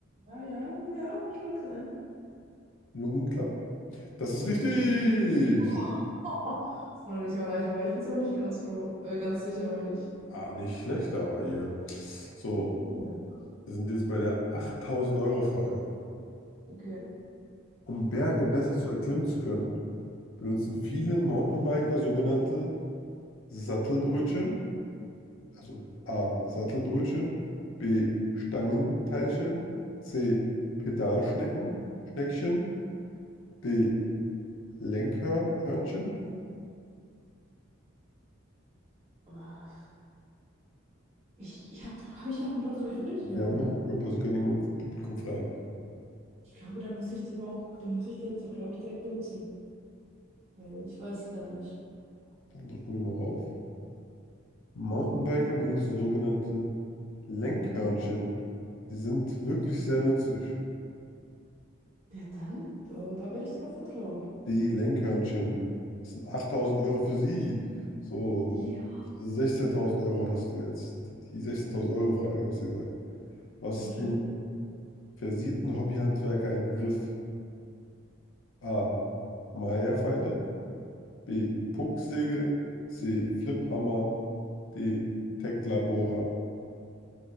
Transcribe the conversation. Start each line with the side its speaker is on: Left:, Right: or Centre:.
Right: Ja, ja, ja, ich lock's ein.
Left: Lungenklappen? Das ist richtig!
Right: Oh. <laughs> Oh, da bin ich auch leichter, aber ich bin es aber nicht ganz froh. Äh, ganz sicher, meine ich.
Left: Ah, nicht schlecht, aber hier. So,
Right: Danke.
Left: wir sind jetzt bei der 8000-Euro-Frage.
Right: Okay.
Left: Um Berge besser zu erklimmen zu können, benutzen viele Mountainbiker sogenannte Sattelbrötchen, also A. Sattelbrötchen, B. Stangenteilchen, C. Pedalschnecken, Schneckchen, D. Lenkhörnchen.
Right: Ah, Ich, ich habe noch, habe ich noch einen Joker übrig? Ja,
Left: Wir
Right: oder?
Left: haben noch einen Job, also kann jemand vom Publikum fragen.
Right: Ich glaube, dann muss ich den auch, dann muss ich den jetzt auch, glaube ich, direkt benutzen. Weil ich weiß es leider nicht.
Left: Dann drücken wir mal rauf. Mountainbiker benutzen sogenannte Lenkhörnchen. Sie sind wirklich sehr nützlich.
Right: Ja, dann? Da, da werde ich drauf vertrauen.
Left: Die Lenkhörnchen, das sind achttausend Euro für sie. So
Right: Ja.
Left: 16.000 Euro hast du jetzt. Die sechzehntausend Euro Frage, was ihr gesagt. Was
Right: Okay.
Left: ist dem versierten Hobbyhandwerker ein Begriff? A. Maya-Pfeile, B. Pucksäge, C. Fliphammer, D. Tecklabora.